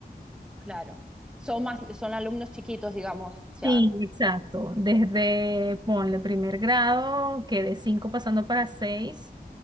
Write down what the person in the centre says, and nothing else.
claro. Son más, son alumnos chiquitos, digamos. O sea,